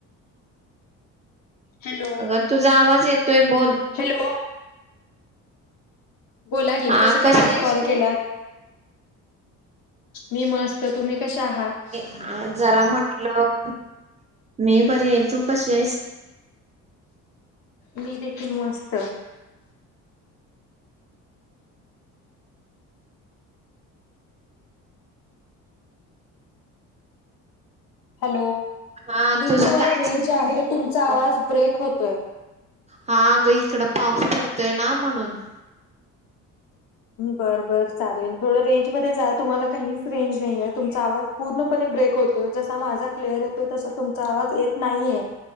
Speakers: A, on the left (about 65°); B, on the right (about 20°).
A: हॅलो
B: अगं तुझा आवाज येतोय बोल
A: हॅलो बोला की
B: हा
A: कसं
B: कशी
A: काय आज
B: आहेस
A: कॉल
B: तू?
A: केलात? मी मस्त तुम्ही कशा आहात?
B: हा जरा म्हटलं मी बरी आहे तू कशी आहेस?
A: मी देखील मस्त. हॅलो
B: हा
A: दिदी
B: तुझं
A: तुम्हाला
B: काय
A: रेंज आहे
B: चाललंय
A: तुमचा आवाज ब्रेक होतोय.
B: हा अगं इकड पाऊस पडतोय ना म्हणून
A: बरं बरं चालेल थोडं रेंज मध्ये जा तुम्हाला काहीच रेंज नाहीये तुमचा आवाज पूर्णपणे ब्रेक होतोय जसा माझा क्लिअर येतोय तसा तुमचा आवाज येत नाहीये.